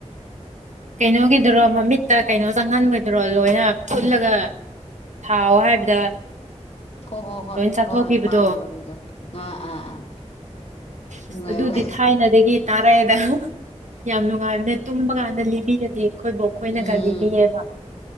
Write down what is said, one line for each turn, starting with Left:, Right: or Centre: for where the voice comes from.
Right: ꯀꯩꯅꯣꯒꯤꯗꯨꯔꯣ ꯃꯃꯤꯠꯇ ꯀꯩꯅꯣ ꯆꯪꯉꯟꯕꯗꯨꯔꯣ ꯂꯣꯏꯅ ꯄꯨꯜꯂꯒ ꯊꯥꯎ ꯍꯥꯏꯕꯗ
Left: ꯍꯣ ꯍꯣ ꯍꯣꯏ
Right: ꯂꯣꯏ ꯆꯥꯊꯣꯛꯈꯤꯕꯗꯣ
Left: ꯍꯣꯏ ꯍꯣꯏ ꯄꯥꯟꯒꯤ ꯋꯥꯔꯤꯒ ꯑꯥ ꯑꯥ ꯑꯥ ꯅꯨꯡꯉꯥꯏꯕ
Right: ꯑꯁ ꯑꯗꯨꯗꯤ ꯊꯥꯏꯅꯗꯒꯤ ꯇꯥꯔꯛꯑꯦꯗ ꯌꯥꯝ ꯅꯨꯡꯉꯥꯏꯝ ꯅ ꯇꯨꯝꯕ ꯀꯥꯟꯗ ꯂꯤꯕꯤꯔꯗꯤ ꯑꯩꯈꯣꯏ ꯕꯣꯛ ꯈꯣꯏꯅꯒ
Left: ꯎꯝ
Right: ꯂꯤꯕꯤꯌꯦꯕ